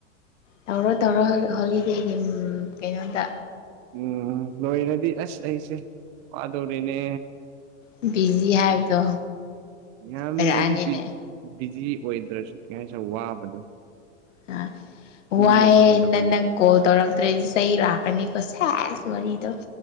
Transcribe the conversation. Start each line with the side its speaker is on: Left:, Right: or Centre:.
Left: ꯇꯧꯔꯣ ꯇꯧꯔꯣ ꯍꯣꯂꯤꯗꯦꯒꯤ ꯍꯝ ꯀꯩꯅꯣꯗ
Right: ꯎꯝ ꯂꯣꯏꯔꯗꯤ ꯑꯁ ꯑꯩꯁꯦ ꯋꯥꯗꯣꯔꯤꯅꯦ
Left: ꯑꯝ ꯕꯤꯖꯤ ꯍꯥꯏꯕꯗꯣ
Right: ꯌꯥꯝꯅꯗꯤ
Left: ꯑꯣꯏꯔꯛꯑꯅꯤꯅꯦ
Right: ꯕꯤ ꯕꯤꯖꯤ ꯑꯣꯏꯗ꯭ꯔꯁꯨ ꯀꯦꯍꯥꯏꯁꯤꯔꯥ ꯋꯥꯕꯗꯣ
Left: ꯑꯥ
Right: ꯇꯨꯝꯕ
Left: ꯋꯥꯏꯑꯦ
Right: ꯐꯪꯗꯕꯒꯤ
Left: ꯅꯥ ꯅꯪ ꯀꯣꯜ ꯇꯧꯔꯛꯇ꯭ꯔꯦꯗꯤ ꯆꯩ ꯂꯥꯛꯀꯅꯤꯀꯣ ꯁꯦꯁ ꯋꯥꯔꯤꯗꯣ